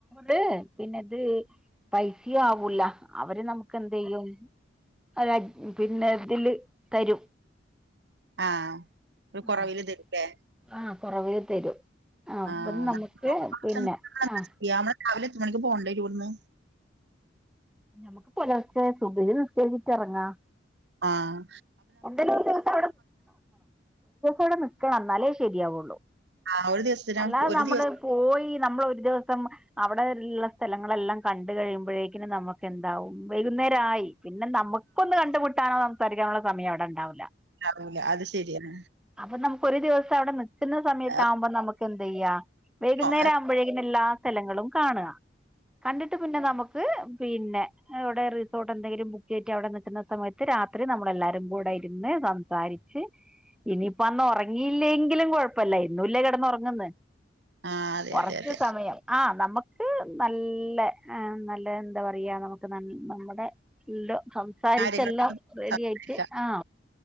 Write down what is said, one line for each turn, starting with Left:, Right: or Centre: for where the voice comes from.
Centre: ത്പിന്നെത് പൈസയും ആവൂല അവര് നമുക്ക് എന്താലും ചെയെയ്യും അ പിന്നെ ഇതില് തരും
Right: ആഹ ഒരു
Centre: ആഹ്
Right: കുറവില് തരുലോ
Centre: ആഹ് കൊറവില് തരും ആഹ് അപ്പം
Right: ആ
Centre: നമുക്ക്
Right: നമ്മള് മൂന്ന് മാസം
Centre: പിന്നെ
Right: <unintelligible>
Centre: ആഹ്
Right: നമ്മൾ രാവിലെ എത്ര മണിക്ക് പോണ്ടേരും ഇവിടെന്ന്
Centre: നമുക്ക് പുലർച്ചെ സുബ്ഹി നിസ്ക്കരിച്ച്ഇറങ്ങാം
Right: ആഹ്
Centre: എന്താലുഒരു ദിവസം അവിടെ നിക്കണം എന്നാലേ ശരിയാവുള്ളൂ
Right: ആ ഒരു ദിവസത്തിന്
Centre: അല്ലാതെ
Right: ഒരു
Centre: നമ്മള്
Right: ദിവസം
Centre: പോയി നമ്മൾ ഒരു ദിവസം അവി അവിടെ ഖള്ള സ്ഥലങ്ങളെല്ലാം കണ്ട കഴിയുമ്പോഴേക്കും നമുക്ക് എന്താവും വൈകുന്നേരമായി പിന്നെ നമുക്കൊന്ന് കണ്ടുമുട്ടാനോ സംസാരിക്കാനുള്ള സമയം അവിടെണ്ടാവൂലാ
Right: അല്ലെ അത് ശരിയാണ്
Centre: അപ്പൊ നമുക്ക് ഒരു ദിവസം അവിടെ നിക്കുന്ന സമയത്ത
Right: ആ
Centre: ആകുമ്പോ നമുക്ക് എന്ത് ചെയ്യാ വൈകുന്നേരം
Right: ആ
Centre: ആവുമ്പോഴേകും എല്ലാ സ്ഥലങ്ങളും കാണുക കണ്ടിട്ട് പിന്നെ നമുക്ക് ന്നിട്പിന്നെ ഇവിടെ റിസോർട്ട് എന്തെങ്കിലും ബുക്ക് ചെയ്ട്ട് അവിടെ നിക്കുന്ന സമയത്ത് രാത്രി നമ്മളെല്ലാരും കൂടെ ഇരുന്ന് സംസാരി സംസാരിച്ച് ഇനിയിപ്പ അന്ന് ഉറങ്ങിയില്ലെങ്കിലും കൊഴപ്പല്ല എന്നുല്ലെകിടന്ന് ഉറങ്ങുന്ന
Right: ആ, അതെ
Centre: കുറച്ച്
Right: അതെ അതെ
Centre: സമയം ആഹ് നമുക്ക് നല്ല നല്ല എന്താ പറയാ നമുക്ക് ന നമ്മുടെ എല്ല സംസാരിച്ചല്ലാം
Right: കാര്യങ്ങളൊക്കെ
Centre: റെഡി
Right: സംസാരിക്കാം
Centre: ആയിട്ട് ആഹ